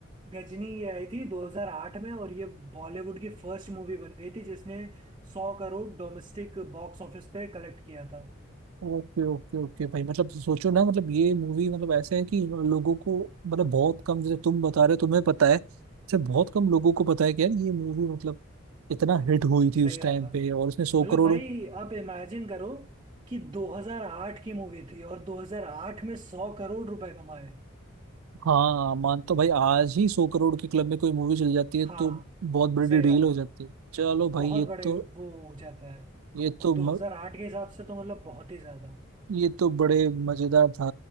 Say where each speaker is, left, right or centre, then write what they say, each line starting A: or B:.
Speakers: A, on the right (about 20°); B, on the right (about 85°).
A: गजनी ये आई थी 2008 में और ये बॉलीवुड की फर्स्ट मूवी बन गई थी जिसने 100 करोड़ डोमेस्टिक बॉक्स ऑफिस पे कलेक्ट किया था
B: ओके ओके ओके भाई मतलब सोचो ना मतलब ये मूवी मतलब ऐसा है कि लोगों को मतलब बहुत कम जैसे तुम बता रहे हो तुम्हें पता है जैसे बहुत कम लोगों को पता है कि यार ये मूवी मतलब इतना हिट हुई
A: सही
B: थी उस टाइम
A: बात था
B: पे और इसने सौ
A: मतलब
B: करोड़
A: भाई आप इमेजिन करो कि 2008 की मूवी थी और 2008 में 100 करोड़ रुपए कमाए
B: हाँ मान तो भाई आज ही सौ करोड़ के क्लब में कोई मूवी चल जाती है
A: हाँ
B: तो बहुत बड़ी
A: सही
B: डील
A: बात
B: हो
A: है
B: जाती है चलो भाई
A: बहुत
B: ये
A: बड़े
B: तो
A: वो हो जाता है
B: ये
A: और
B: तो
A: 2008
B: म-
A: के हिसाब से तो मतलब बहुत ही ज्यादा
B: ये तो बड़े मजेदार था